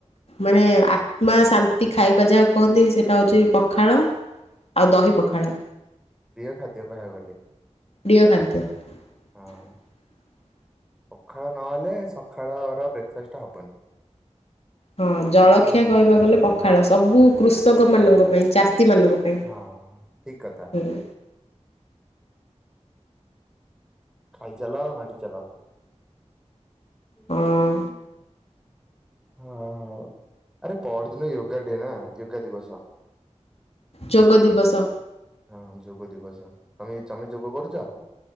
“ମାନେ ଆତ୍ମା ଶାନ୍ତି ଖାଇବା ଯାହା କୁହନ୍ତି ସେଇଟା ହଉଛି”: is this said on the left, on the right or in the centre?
Left